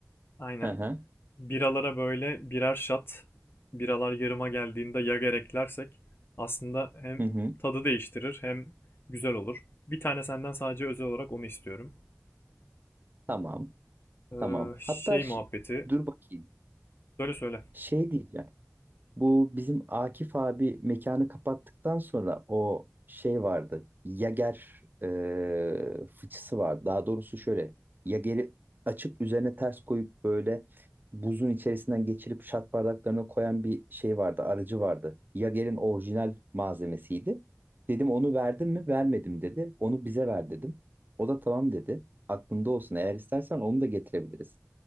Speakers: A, on the left; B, on the right.
A: Aynen.
B: Hı hı.
A: Biralara böyle birer şat, biralar yarıma geldiğinde yager eklersek aslında hem
B: Hı hı.
A: tadı değiştirir hem güzel olur. Bir tane senden sadece özel olarak onu istiyorum.
B: Tamam.
A: Ee,
B: Tamam.
A: şey
B: Hatta ş-
A: muhabbeti.
B: dur bakayım.
A: Söyle söyle.
B: Şey diyeceğim. Bu bizim Akif abi mekanı kapattıktan sonra o şey vardı. Yager e, fıçısı var. Daha doğrusu şöyle. Yager'i açıp üzerine ters koyup böyle buzun içerisinden geçirip şat bardaklarına koyan bir şey vardı. Aracı vardı. Yager'in orijinal malzemesiydi. Dedim onu verdin mi? Vermedim dedi. Onu bize ver dedim. O da tamam dedi. Aklında olsun. Eğer istersen onu da getirebiliriz.